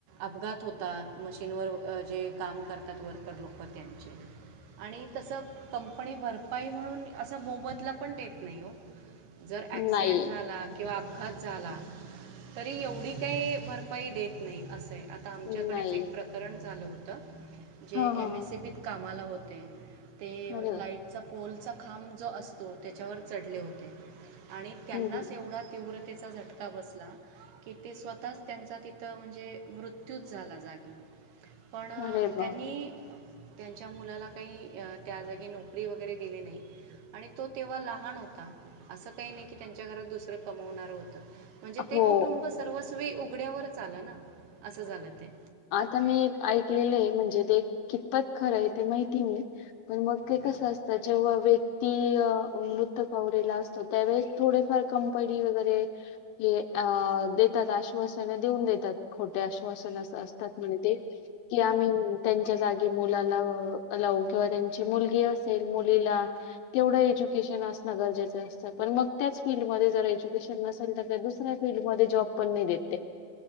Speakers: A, on the right; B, on the left.
A: अपघात होतात मशीनवर जे काम करतात वर्कर लोक त्यांचे. आणि तस कंपनी भरपाई म्हणून असं मोबदला पण देत नाही. ओ जर ऍक्सिडेंट
B: नाही
A: झाला किंवा अप अपघात झाला तरी एवढी काही भरपाई देत नाही असंय. आता आमच्याकडेच
B: नाही.
A: एक प्रकरण झालं होतं. जे
B: हां, हां,
A: एम एस
B: हां.
A: एबीत कामाला होते ते
B: अरे वाह!
A: लाईटचा पोलचा खांब जो असतो त्याच्यावर चढले होते आणि त्यांनाच
B: हं.
A: एवढा तीव्रतेचा झटका झटका बसला कि ते स्वतःच त्यांचा तिथं म्हणजे मृत्यूच झाला जागी.
B: <inaudible>
A: पण
B: वाह!
A: त्यांनी त्यांच्या मुलाला काही अ त्या जागी नोकरी वगैरे दिली नाही. आणि तो तेव्हा लहान होता. असं काही नाही की त्यांच्या घरात दुसरं कमवणार होतं. म्हणजे ते
B: हो.
A: कुटुंब सर्वस्वी उघड्यावरच आलं ना, असं झालं ते.
B: आता मी एक ऐकलेलं आहे. म्हणजे ते, कितपत खरं आहे ते माहिती नाही. पण मग ते
A: हं.
B: कसं असं त्यांच्यामुळे व्यक्ती मृत्यू पावलेला असतो, त्यावेळेस थोडेफार कंपनी वगैरे हे अ देतात. आश्वासन देऊन देतात. खोटे आश्वासन अस-अस तात म्हण ते कि आम्ही त्यांच्या जागी मुलाला लावू, किंवा त्यांची मुलगी असेल मुलीला तेवढं एज्युकेशन असण गरजेचं असतं. पण मग त्याच फीलल्डमध्येध्ये जर एज्युकेशन नसेल तर त्या फीडमध्ये जॉब पण देत नाही ते,